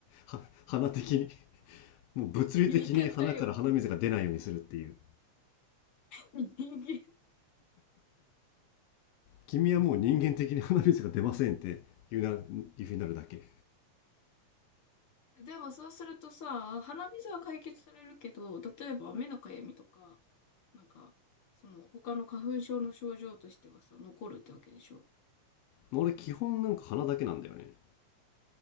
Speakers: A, on the left (about 75°); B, on the left (about 45°).
A: は <laughs> 鼻的にもう物理的に鼻から鼻水が出ないようにするっていう
B: 言い方よ。人間。
A: 君はもう人間的に鼻水が出ませんって言うないうふうになるだけ
B: でもそうするとさ、鼻水は解決されるけど、例えば目のかゆみとか、なんか、その他の花粉症の症状としてはさ、残るってわけでしょ
A: 俺基本なんか鼻だけなんだよね